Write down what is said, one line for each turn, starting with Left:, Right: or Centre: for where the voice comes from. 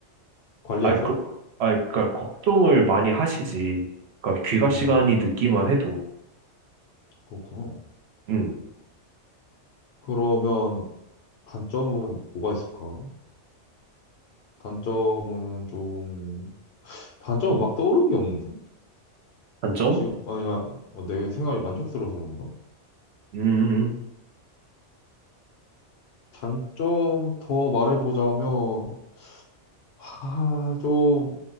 Left: 관리하셔?
Right: 아, 그, 아, 그니까 걱정을 많이 하시지. 그니까 귀가
Left: 음,
Right: 시간이 늦기만 해도.
Left: 그렇구나.
Right: 음,
Left: 그러면 단점은 뭐가 있을까? 단점은 좀 단점은 막 떠오르는 게 없는데?
Right: 단점?
Left: 지금 아니면 어, 내 생활이 만족스러워서 그런가?
Right: 음, 음. 음.
Left: 장점 더 말해보자면 아, 좀